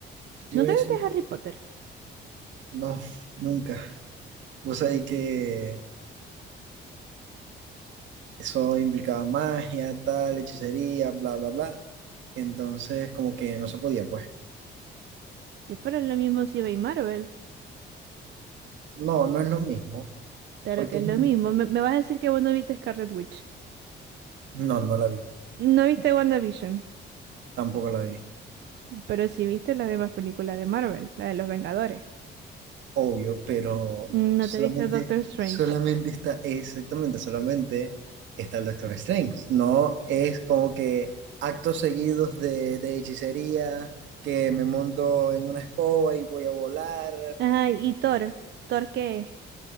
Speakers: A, on the right; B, on the right.
A: ¿Qué te
B: ¿Nunca
A: iba a decir?
B: viste Harry Potter?
A: No, nunca. Vos sabés que eso implicaba magia, tal, hechicería, bla, bla, bla. Entonces, como que no se podía, pues.
B: Te es lo mismo si veis Marvel.
A: No, no es lo mismo.
B: Claro
A: Porque
B: que es
A: no,
B: lo mismo. Me, me vas a decir que vos no viste Scarlet Witch.
A: no, no la vi.
B: No viste WandaVision,
A: Tampoco la vi.
B: pero sí viste las demás películas de Marvel, la de los Vengadores.
A: obvio, pero
B: Mm, No
A: solamente,
B: te viste Doctor Strange.
A: solamente está, exactamente, solamente está el Doctor Strange. No es como que actos seguidos de, de hechicería, que me monto en una escoba y voy a volar,
B: Ajá, y Thor. ¿Thor qué es?